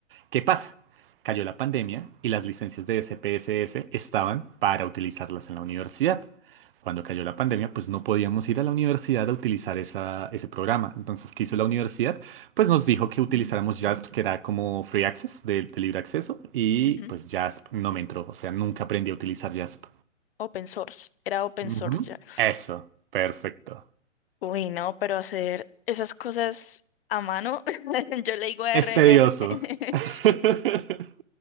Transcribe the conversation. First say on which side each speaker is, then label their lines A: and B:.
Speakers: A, on the right (about 45°); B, on the left (about 50°).
A: ¿Qué pasa? Cayó la pandemia y las licencias de SPSS estaban para utilizarlas en la universidad. Cuando cayó la pandemia, pues no podíamos ir a la universidad a utilizar esa- ese programa. Entonces, ¿qué hizo la universidad? Pues nos dijo que utilizáramos JASP, que era como free access, de, de libre acceso, y
B: Ujú.
A: pues JASP no me entró. O sea, nunca aprendí a utilizar JASP.
B: Open source, era open
A: Ujú.
B: source Jax.
A: Eso, perfecto.
B: Uy, no, pero hacer esas cosas a mano, <laughs> yo le digo r
A: Es tedioso.
B: r <laughs>
A: <laughs>